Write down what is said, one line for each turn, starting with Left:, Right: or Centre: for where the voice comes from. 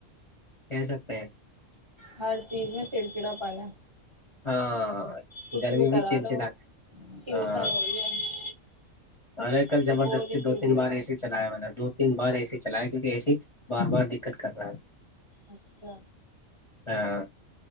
Left: کھیل سکتے ہیں
Right: ہر چیز میں چڑ چڑا پانا ہے
Left: ہاں
Right: کچھ
Left: گرمی
Right: کرا
Left: بھی چل
Right: لو
Left: چلا
Right: ٹینسن
Left: ہاں
Right: ہو رہی ہے
Left: ارے کل
Right: تو
Left: زبردستی
Right: بول ہی کی
Left: دو تین
Right: رہی ہے
Left: بار اے سی چلائے مطب دو تین بار اے سی چلائے کیہ ایسی بار بار دقت کر رہا ہے
Right: اچھا
Left: ہاں